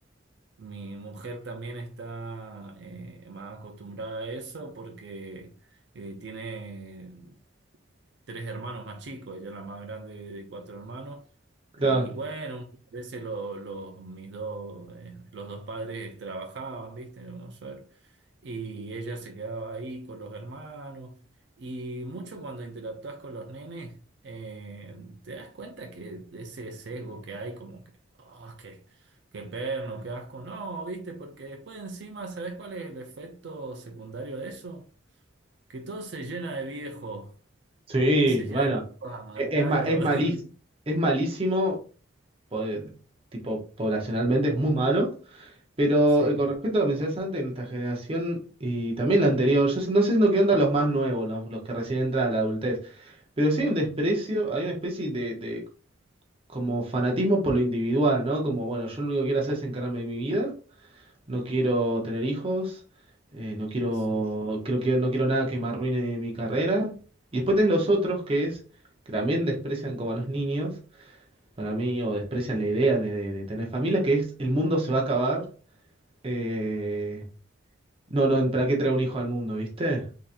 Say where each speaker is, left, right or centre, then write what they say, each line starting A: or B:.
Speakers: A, on the right; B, on the right.
A: mi mujer también está eh, más acostumbrada a eso porque eh, tiene tres hermanos más chicos, ella es la más grande de cuatro hermanos.
B: claro.
A: Y bueno, muchas veces lo- los, mis dos, eh, los dos padres trabajaban, ¿viste? En Buenos Aires. Y ella se quedaba ahí con los hermanos. Y mucho cuando interactúas con los nenes, eh, te das cuenta que de ese sesgo que hay, como que, oh, qué, qué perno, qué asco. No, ¿viste? Porque después encima, ¿sabes cuál es el efecto secundario de eso? Que todo se llena de viejos.
B: Sí,
A: Entonces se llena
B: bueno,
A: de tipos amargados.
B: e- es, ma- es, malís-
A: <laughs>
B: es malísimo, po- eh, tipo, poblacionalmente es muy malo, Pero
A: Sí,
B: eh, con respecto a lo que mencionaste antes, nuestra generación y también la anterior, yo no sé no qué onda los más nuevos, los, los que recién entran a la adultez, pero sí hay un desprecio, hay una especie de, de como fanatismo por lo individual, ¿no? Como, bueno, yo lo único que quiero hacer es encargarme de mi vida, no quiero tener hijos, eh, no quiero,
A: sí.
B: creo que no quiero nada que me arruine mi carrera. Y después tenés los otros que es, que también desprecian como a los niños, para mí, o desprecian la idea de, de tener familia, que es el mundo se va a acabar. eh, no, no, ¿para qué trae un hijo al mundo, viste?